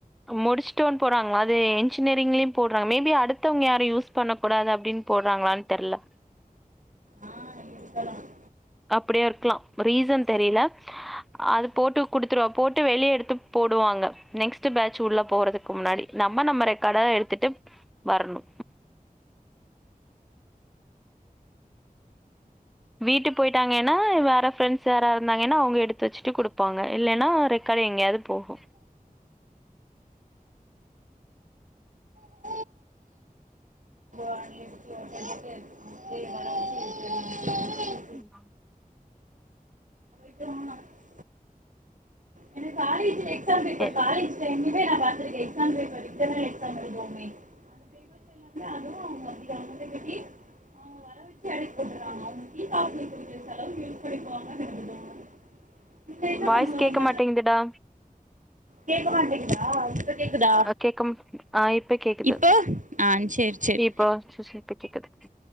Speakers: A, in the centre; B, on the right.
A: முடிச்சுட்டோன்னு போறாங்கல அது இன்ஜினியரிங்லயும் போடுறாங்க மேபி அடுத்தவங்க யாரு யூஸ் பண்ண கூடாது அப்படின் போட்றாங்களான்னு தெரில
B: ஆ <inaudible>
A: அப்டியா இருக்கலா ரீசன் தெரியல அது போட்டு குடுத்துருவா போட்டு வெளியே எடுத்து போடுவாங்க நெக்ஸ்ட் பேட்ச் உள்ள போறதுக்கு முன்னாடி நம்ம நம்ம ரெக்கார்ட எடுத்துட்டு வரணு வீட்டு போயிட்டாங்கன்னா வேற ஃப்ரெண்ட்ஸ் யாரா இருந்தாங்கன்னா அவங்க எடுத்து வச்சுட்டு குடுப்பாங்க இல்லன்னா அது எங்கயாது போகு
B: <unintelligible> ஆணி அடிச்சு ஓட்ட போட்டு <unintelligible>
A: ம் ஆ
B: <unintelligible> எனக்கு காலேஜில் எக்ஸாம் பேப்பர்
A: எ
B: காலேஜ்ல டைம்லேயே நா பாத்துருக்க எக்ஸாம் பேப்பர் இப்பாத எக்சாம் எழுதுவோமே அந்த பேப்பர்ஸ் எல்லாமே அதுவும் அவங்க அப்படி அவங்கள்ட்ட கட்டி அவங்க வர வச்சு அடைக்க போட்டுறாங்க அவங்க டீ காஃபி குடிக்கிற செலவு யூஸ் பண்ணிக்குவாங்கன்னு எனக்கு தோணும் இதில் என்ன
A: வாய்ஸ்
B: பண்ணுவாங்க
A: கேட்க மாட்டேங்குது டா
B: கேக்க மாட்டேங்குதா கேக்குதா
A: அ கேக்க ஆ இப்ப கேக்குது
B: இப்போ ஆ செரி செர்
A: இப்போ சு- சு- இப்ப கேக்குது